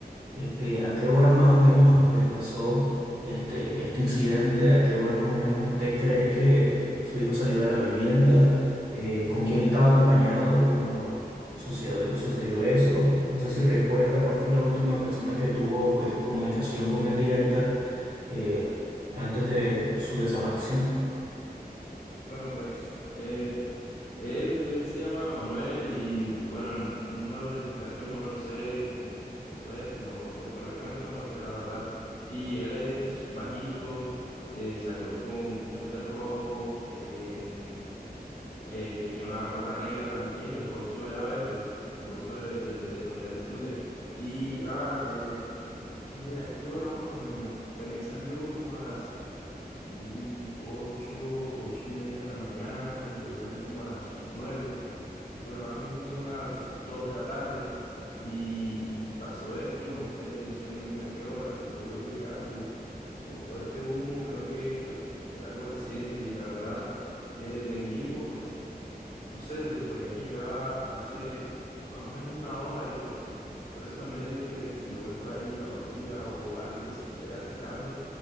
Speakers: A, on the right; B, on the left.
A: este, ¿a qué hora más o menos pues pasó este, este incidente? ¿A qué hora más o menos usted cree que su hijo salió de la vivienda? Eh, ¿con quién estaba acompañado cuando sucedió, sucedió eso? No sé si recuerda cuál fue la última persona que tuvo pues comunicación con él directa eh, antes de su desaparición.
B: Bueno, pues eh, Él, él se llama Manuel y bueno, el número de identificación no me lo sé com- completo y no, pues correctamente no me lo sé, la verdad. Y él es bajito, eh, salió con un suéter rojo, em, eh, tenía una gorra negra también y el bolso era verde, el bolso de, de- de donde él estudia. Y, ah, eh, ¿qué, a qué hora más o menos? Pues él salió como a las mm, ocho, ocho y media de la mañana, yo salí como a las nueve y pues ahora mismo son las dos de la tarde y, y pasó esto, no sé, no sé muy bien a qué hora, pues yo vengo llegando y con todo este humo creo que pues fue algo reciente y la verdad eh, de mi hijo pues no sé, se suponía que llegaba hace más o menos una hora y pues por eso también le digo que, que si lo ven por ahí la patrulla o algo que se esté acercando,